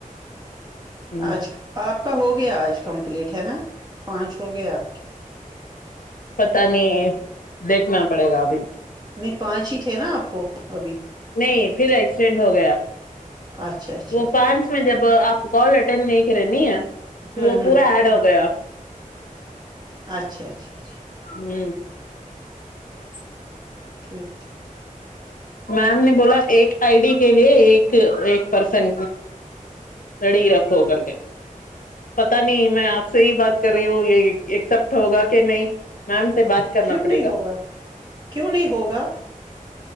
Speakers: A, on the left (about 75°); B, on the right (about 30°).
A: ہ
B: آج آپ کا ہو گیا آج کمپلیٹ ہے نا پانچ ہو گئے آپ کے
A: پت نہیں دیکھنا پڑے گا ابھی
B: نہیں پانچ ہی تھے نا آپ کو ابھی
A: نہیں پھر ایکسیڈینٹ ہو گیا
B: اچھا اچھا
A: وہ
B: اچھا
A: پانچ میں جب آپ کال ت نہیں رہنی آ <unintelligible>
B: ہوں
A: وہ
B: ہوں
A: پورا ایڈ ہو گیا
B: اچھا اچھا اچھا
A: ہ <inaudible>
B: ٹھیک ٹھیک
A: میم نے بولا ایک آئی ڈی کے لیے ایک ایک پرسن ری رکھو کر کےیں پتا نہیں میں آپ سے ہی بات کر رہی ہوں یہ ایکسپٹ ہوگا کہ نہیں میم سے بات کرنا
B: کیوں
A: پڑے
B: نہیں
A: گا
B: ہوگا کیوں نہیں ہوگا